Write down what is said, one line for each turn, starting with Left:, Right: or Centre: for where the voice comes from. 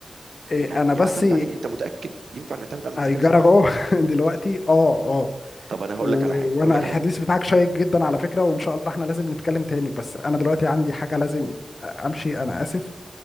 Left: إيه،
Right: يعني
Left: انا بس
Right: اعتمد عليه انت متاكد ينفع نعتمد على الذكاء
Left: هيجرى
Right: الصناعي
Left: جوه <laughs> دلوقتي اه آه.
Right: طب انا هقول
Left: و...
Right: لك على حاجه
Left: وانا
Right: هقول لك
Left: الحديث
Right: على فكره
Left: بتاعك شيق جدا على فكرة وان شاء الله احنا لازم نتكلم تاني بس انا دلوقتي عندي حاجة لازم امشي انا اسف